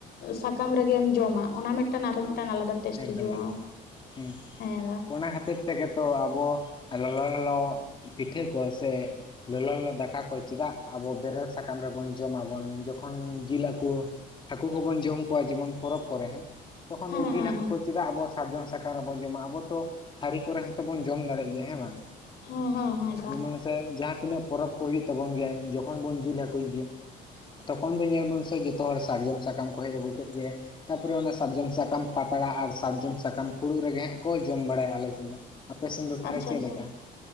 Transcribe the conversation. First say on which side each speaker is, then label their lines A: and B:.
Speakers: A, on the left; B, on the left.
A: ᱥᱟᱠᱟᱢ ᱨᱮᱜᱮᱢ ᱡᱚᱢᱟ ᱚᱱᱟ ᱢᱤᱫ ᱴᱟᱝ ᱟᱨᱦᱚ ᱢᱤᱫ ᱴᱟᱝ ᱟᱞᱟᱫᱟ ᱴᱮᱥᱴ
B: ᱮᱠᱫᱚᱢ
A: ᱦᱤᱡᱩᱜᱼᱟ
B: ᱮᱠᱫᱚᱢ ᱦᱩᱸ
A: ᱦᱮᱸ ᱫᱟ
B: ᱚᱱᱟ ᱠᱷᱟᱹᱛᱤᱨ ᱛᱮᱜᱮ ᱛᱚ ᱟᱵᱚ ᱞᱚᱞᱚ ᱞᱚᱞᱚ ᱯᱤᱴᱷᱟᱹ ᱠᱚ ᱥᱮ ᱞᱚᱞᱚ ᱞᱚᱞᱚ ᱫᱟᱠᱟ ᱠᱚ ᱪᱮᱫᱟᱜ ᱟᱵᱚ ᱵᱮᱨᱮᱞ ᱥᱟᱠᱟᱢ ᱨᱮᱵᱚᱱ ᱡᱚᱢ ᱟᱵᱚᱱ ᱡᱚᱠᱷᱚᱱ ᱡᱤᱞ ᱟᱠᱚ ᱦᱟᱹᱠᱩ ᱠᱚᱵᱚᱱ ᱡᱚᱢ ᱠᱚᱣᱟ ᱡᱮᱢᱚᱱ ᱯᱚᱨᱚᱵᱽ ᱠᱚᱨᱮ ᱦᱮᱸ ᱛᱚᱠᱷᱚᱱ
A: ᱦᱮᱸ
B: ᱫᱚ ᱡᱤᱞ
A: ᱦᱮᱸ
B: ᱦᱟᱹᱠᱩ
A: ᱦᱮᱸ
B: ᱠᱚ ᱪᱮᱫᱟᱜ ᱟᱵᱚ ᱥᱟᱨᱡᱚᱢ ᱥᱟᱠᱟᱢ ᱨᱮᱵᱚᱱ ᱡᱚᱢᱟ ᱟᱵᱚ ᱛᱚ ᱛᱷᱟᱹᱨᱤ ᱠᱚᱨᱮ ᱦᱚᱸᱛᱚ ᱵᱚᱱ ᱡᱚᱢ ᱫᱟᱲᱮᱭᱟᱜ ᱜᱮᱭᱟ ᱦᱮᱸ ᱵᱟᱝ
A: ᱦᱩᱸ ᱦᱮᱸᱦᱮ ᱫᱟ
B: ᱡᱮᱢᱚᱱ ᱥᱮ ᱡᱟᱦᱟᱸ ᱛᱤᱱᱟᱹᱜ ᱯᱚᱨᱚᱵᱽ ᱠᱚ ᱦᱳᱭᱳᱜ ᱛᱟᱵᱚᱱ ᱜᱮᱭᱟ ᱡᱚᱠᱷᱚᱱ ᱵᱚᱱ ᱡᱤᱞ ᱦᱟᱠᱩᱭ ᱜᱤᱭᱟ ᱛᱚᱠᱷᱚᱱ ᱫᱚ ᱧᱮᱞ ᱵᱚᱱ ᱥᱮ ᱡᱚᱛᱚ ᱦᱚᱲ ᱥᱟᱨᱡᱚᱢ ᱥᱟᱠᱟᱢ ᱠᱚ ᱦᱮᱡ ᱟᱹᱜᱩ ᱠᱮᱫ ᱜᱮ ᱛᱟᱯᱚᱨᱮ ᱚᱱᱟ ᱥᱟᱨᱡᱚᱢ ᱥᱟᱠᱟᱢ ᱴᱟᱜ ᱯᱟᱛᱲᱟ ᱟᱨ ᱥᱟᱨᱡᱚᱢ ᱥᱟᱠᱟᱢ ᱯᱷᱩᱲᱩᱜ ᱨᱮᱜᱮ ᱦᱟᱸᱜ ᱠᱚ ᱡᱚᱢ ᱵᱟᱲᱟᱭᱟ ᱟᱞᱮ ᱥᱮᱱ ᱫᱚ ᱟᱯᱮ ᱥᱮᱱ ᱫᱚ
A: ᱟᱪᱪᱷᱟ
B: ᱛᱟᱦᱚᱞᱮ ᱪᱮᱫ
A: ᱟᱪᱪᱷᱟ
B: ᱞᱮᱠᱟ